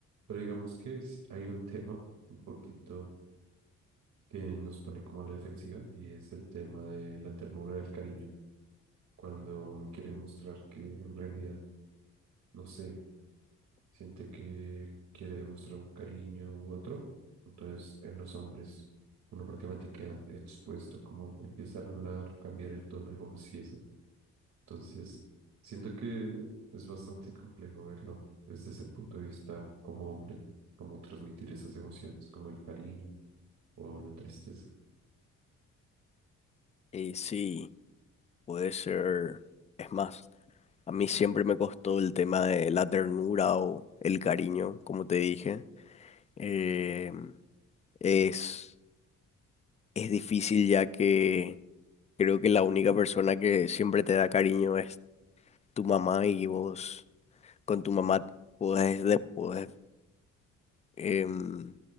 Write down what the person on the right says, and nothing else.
Pero digamos que es- hay un tema un poquito que nos pone como a la defensiva y es el tema de la ternura del cariño. Cuando uno quiere mostrar que en realidad, no sé, siente que quiere demostrar un cariño u otro. Entonces, en los hombres, uno prácticamente queda expuesto como empezar a hablar, cambiar el tono de voz y eso. Entonces, siento que es bastante complejo verlo desde ese punto de vista como hombre, como transmitir esas emociones, como el cariño o la tristeza.